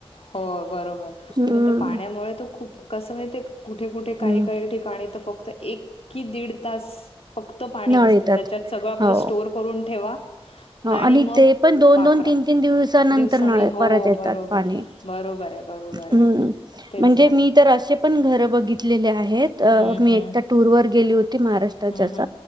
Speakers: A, on the left; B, on the right.
A: हो बरोबर
B: हम्म
A: आणि त्या पाण्यामुळे त खूप कस माहिती आहे का? कू कुठे, कुठे काही
B: हम्म.
A: काही ठिकाणी तर, फक्त एक कि दीड तास फक्त पाणी
B: नळ
A: असतं.
B: येतात
A: त्याच्यात सगळं आपलं
B: हो
A: स्टोअर करून ठेवा
B: आणि
A: मग
B: ते पण दोन
A: वापरा.
B: दोन, तीन तीन दिवसानंतर
A: दिवसांनी
B: नळ
A: हो,
B: परत येतात
A: बरोबर.
B: पाणी
A: बरोबर आहे, बरोबर आहे.
B: हम्म
A: तेच
B: म्हणजे
A: ना.
B: मी तर, असे पण घर बघितले ले आहेत. अ
A: हं,
B: मी
A: हं.
B: एकदा टूरवर गेली होती, महाराष्ट्र
A: हं,
B: च्यात,
A: हं.